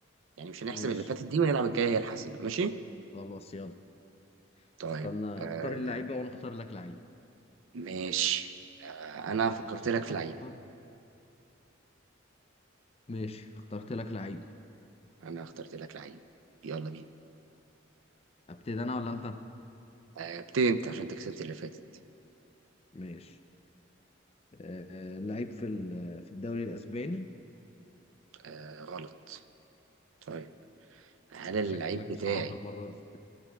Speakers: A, on the right; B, on the left.
A: يعني مش هنحسب
B: ماشي
A: اللي فاتت دي ونلعب الجايه هي الحاسمه ماشي
B: خلاص يلا
A: طيب
B: استنى
A: آه
B: اختار اللعيب بقى وانا اختار لك لعيب
A: ماشي آه انا
B: آه،
A: فكرت
B: اختار
A: لك في العيب
B: لك ماشي اخترت لك لعيب
A: انا اخترت لك لعيب يلا بينا
B: ابتدي انا ولا انت
A: آه ابتدي انت عشان انت كسبت اللي فاتت
B: ماشي آه، لعيب في ال- في الدوري الاسباني
A: آه غلط طيب هل
B: انت
A: اللعيب
B: شكلك مصعبها
A: بتاعي
B: المره دي